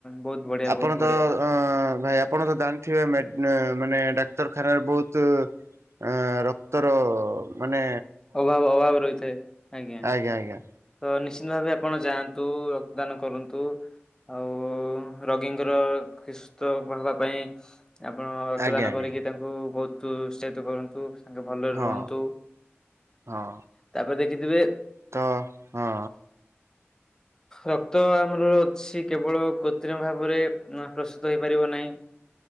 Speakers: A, on the left; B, on the right.
A: ବହୁତ ବଢିଆ
B: ଆପଣ
A: ବହୁତ ବଢିଆ
B: ତ ଅ ଭାଇ ଆପଣ ତ ଜାଣିଥିବେ ମାନେ ଡାକ୍ତରଖାନାରେ ବହୁତ ଏ ରକ୍ତର ମାନେ
A: ଅଭାବ ଅଭାବ ରହିଥାଏ ଆଜ୍ଞା।
B: ଆଜ୍ଞା ଆଜ୍ଞା।
A: ତ ନିଶ୍ଚିନ୍ତ ଭାବେ ଆପଣ ଯାଆନ୍ତୁ ରକ୍ତଦାନ କରନ୍ତୁ। ଆଉ ରଗୀଙ୍କର ସୁସ୍ଥ ହବା ପାଇଁ ଆପଣ ରକ୍ତଦାନ
B: ଆଜ୍ଞା ଆଜ୍ଞା
A: କରିକି ତାଙ୍କୁ ବହୁତ ଉତ୍ସାହିତ କରନ୍ତୁ। ତାଙ୍କେ ଭଲରେ
B: ହଁ
A: ରୁହନ୍ତୁ
B: ହଁ
A: ତାପରେ ଦେଖିଥିବେ
B: ତ ହଁ।
A: ରକ୍ତ ଆମର ଅଛି କେବଳ କୃତ୍ରିମ ଭାବରେ ପ୍ରସ୍ତୁତ ହେଇପାରିବ ନାହିଁ।